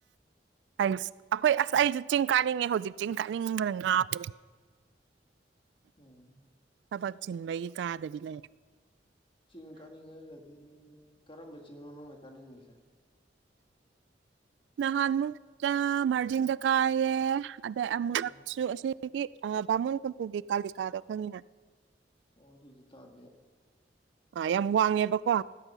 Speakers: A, on the right; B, on the left.
A: ꯍꯥꯏ ꯑꯩꯈꯣꯏ ꯑꯁ ꯑꯩꯁꯨ ꯆꯤꯡ ꯀꯥꯅꯤꯡꯉꯦ ꯍꯧꯖꯤꯛ ꯆꯤꯡ ꯀꯥꯅꯤꯡꯕꯅ ꯉꯥꯕ
B: ꯎꯝ
A: ꯊꯕꯛ ꯁꯤꯤꯟꯕꯒꯤ ꯀꯥꯗꯗꯤ ꯂꯩ
B: ꯆꯤꯡ ꯀꯥꯅꯤꯡꯉꯒꯗꯤ ꯀꯔꯝꯕ ꯆꯤꯡꯅꯣ ꯅꯪꯅ ꯀꯥꯅꯤꯡꯉꯤꯁꯦ
A: ꯅꯍꯥꯟ ꯃꯨꯛꯇ ꯃꯥꯔꯖꯤꯤꯡꯗ ꯀꯥꯏꯌꯦꯦ ꯑꯗꯩ ꯑꯃꯨꯛꯁꯨ
B: ꯑꯥ
A: ꯑꯁꯤꯒꯤ ꯕꯥꯃꯣꯟ ꯀꯝꯄꯨꯒꯤ ꯀꯥꯂꯤꯀꯥꯗꯣ ꯈꯪꯉꯤꯅ
B: ꯑꯣ ꯑꯗꯨꯖꯤ ꯇꯗꯦ
A: ꯑ ꯌꯥꯝ ꯋꯥꯡꯉꯦꯕꯀꯣ